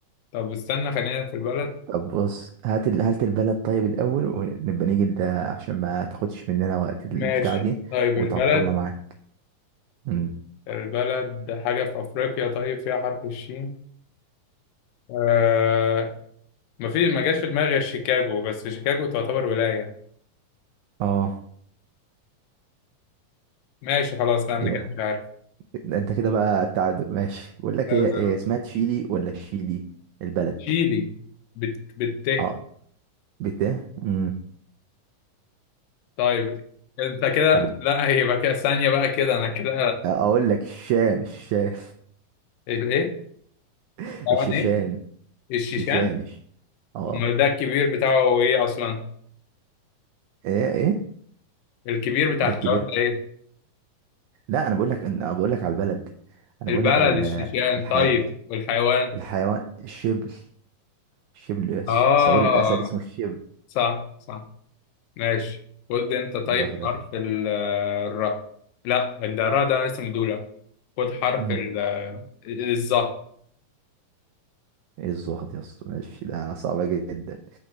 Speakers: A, on the left (about 80°); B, on the right (about 85°).
A: طب استنى خلينا في البلد
B: طب بص هات ال... هات البلد طيب الأول ونبقى نيجي لده عشان ما تاخدش مننا وقت البتاع
A: ماشي
B: دي
A: طيب
B: وتعطلنا
A: البلد
B: معاك مم.
A: البلد حاجة في أفريقيا طيب فيها حرف الشين آه ما في ما جاش في دماغي غير شيكاغو بس شيكاغو تعتبر ولاية
B: اه
A: ماشي خلاص لا أنا
B: هي
A: كده مش عارف
B: ده انت كده بقى التعادل ماشي بقول لك
A: لازم.
B: ايه هي اسمها تشيلي ولا شيلي البلد
A: تشيلي بت بت
B: اه بت امم
A: طيب أنت كده
B: طب
A: لا هيبقى كده ثانية بقى كده أنا كده
B: اقول لك الشان الشان
A: الإيه؟
B: <laughs>
A: حيوان
B: الشيشان
A: إيه؟ الشيشان
B: شيشانش اه
A: امال ده الكبير بتاعه هو ايه اصلا
B: ايه ايه
A: الكبير بتاع
B: ده
A: الحيوان
B: الكبير
A: ده ايه
B: لا انا بقول لك انا بقول لك على البلد انا
A: البلد
B: بقول لك على
A: الشيشان
B: الحي...
A: طيب والحيوان
B: الحيوان الشبل الشبل
A: اه
B: صغير الاسد اسمه الشبل
A: صح صح ماشي خد انت طيب
B: كده واحده
A: حرف ال- الراء لا ده الراء ده اسم دولة خد حرف
B: امم
A: ال- الظهر
B: ايه الزهد يا اسطى ماشي ده صعبه جدا